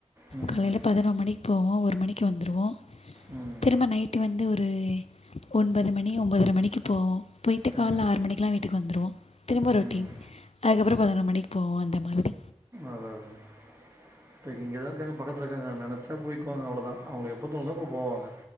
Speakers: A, on the right (about 20°); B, on the left (about 65°).
A: ம்
B: காலைல பதினோ மணிக்கு போவோ ஒரு மணிக்கு வந்துருவோ
A: ம்
B: திரும்ப நைட்டு வந்து ஒரு ஒன்பது மணி ஒம்போதர மணிக்கு போவோ போயிட்டு கால்ல
A: ம்
B: ஆறு மணிக்குலா வீட்டுக்கு வந்துருவோ திரும்ப ரொட்டீன்
A: ம்
B: அதுக்கப்றோ பதினொரு மணிக் போவோ அந்த மாதிரி
A: அதா அதா இப்ப இங்கதா இருக்காங்க பக்கத்துல இரு காங்க நெனைச்சா போய்க்குவாங்க அவ்ளதா அவுங்ளுக் எப்ப தோணுதோ அப்ப போவாங்க